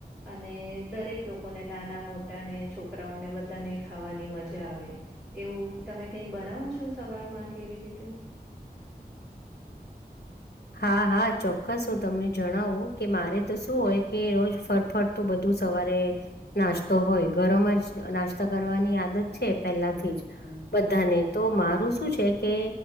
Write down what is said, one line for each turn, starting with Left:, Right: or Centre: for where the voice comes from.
Centre: અને દરેક લોકોને, નાના-મોટા ને છોકરાઓને, બધાને ખાવાની મજા આવે. એવું તમે કંઈક બનાવો છો સવારમાં, કે એવી રીતે?
Left: હા, હા, ચોક્કસ હું તમને જણાવું કે મારે તો શું હોય કે રોજ ફરફર તું બધું સવારે નાસ્તો હોય, ઘરમાં જ નાસ્તો કરવાની આદત છે પહેલાથી જ. બધાને તો મારું શું છે કે